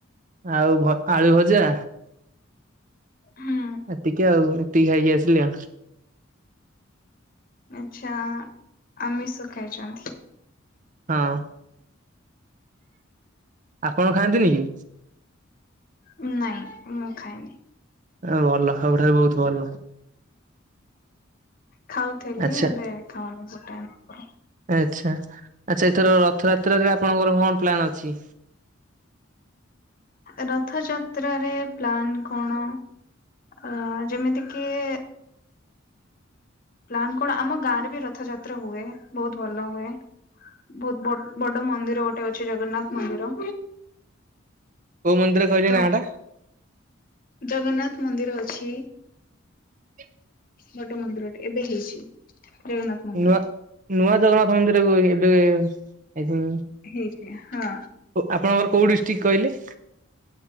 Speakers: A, on the right (about 40°); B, on the left (about 45°).
A: ଆଉ ଭ ଆଳୁ ଭଜା
B: ହୁଁ।
A: ଏତିକି ଆଉ ଏତିକି ଖାଇକି ଆସିଲି ଆଉ।
B: ଆଚ୍ଛା ଆମିଷ ଖାଇଚନ୍ତି?
A: ହଁ ଆପଣ ଖାଆନ୍ତିନି କି?
B: ଉଁ ନାଇଁ ମୁଁ ଖାଏନି।
A: ଏ ଭଲ ଏଗୁଡ଼ାବି ବହୁତ ଭଲ।
B: ଖାଉଥିଲି
A: ଆଚ୍ଛା
B: ଏବେ ଖାଉନି ଗୋଟାଏ <unintelligible>
A: ଆଚ୍ଛା, ଆଚ୍ଛା ଏଥର ରଥଯାତ୍ରାରେ ଆପଣଙ୍କର କଣ ପ୍ଲାନ୍ ଅଛି?
B: ରଥଯାତ୍ରାରେ ପ୍ଲାନ୍ କଣ ଅ ଯେମିତି କିି ପ୍ଲାନ କଣ ଆମ ଗାଁ ରେ ବି ରଥଯାତ୍ରା ହୁଏ ବହୁତ ଭଲ ହୁଏ। ବହୁତ ବଡ୍ ବଡ ମନ୍ଦିର ଗୋଟେ ଅଛି ଜଗନ୍ନାଥ ମନ୍ଦିର
A: କୋଉ ମନ୍ଦିର କହିଲେ
B: ତ
A: ନାଁଟା?
B: ଜଗନ୍ନାଥ ମନ୍ଦିର ଅଛି।
A: <inaudible>
B: ବଡ଼ ମନ୍ଦିର ଟେ ଏବେ ହେଇଛି। ଜଗନ୍ନାଥ ମନ୍ଦିର
A: ନୂଆ ନୂଆ ଜଗନ୍ନାଥ ମନ୍ଦିରକୁ ଏବେ ଖାଇଥିଲି।
B: ହେଇଛି ହଁ
A: ଆପଣଙ୍କର କୋଉ ଡିଷ୍ଟ୍ରିକ୍ କହିଲେ?